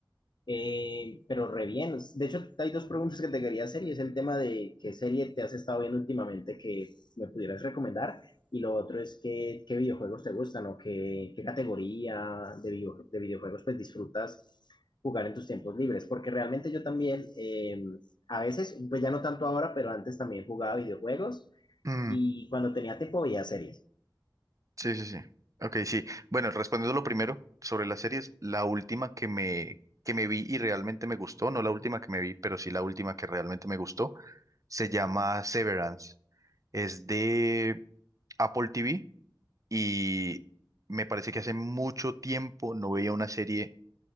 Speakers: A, on the left; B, on the right.
A: Eh, pero re bien. De hecho, hay dos preguntas que te quería hacer y es el tema de qué serie te has estado viendo últimamente que me pudieras recomendar y lo otro es que, qué videojuegos te gustan o qué, qué categoría de, video, de videojuegos pues disfrutas jugar en tus tiempos libres. Porque realmente yo también, eh, a veces, pues ya no tanto ahora, pero antes también jugaba videojuegos
B: Mm,
A: y cuando tenía tiempo veía series.
B: sí, sí, sí. Ok, sí. Bueno, respondiendo lo primero sobre las series, la última que me, que me vi y realmente me gustó, no la última que me vi, pero sí la última que realmente me gustó, se llama Severance. Es de Apple TV y me parece que hace mucho tiempo no veía una serie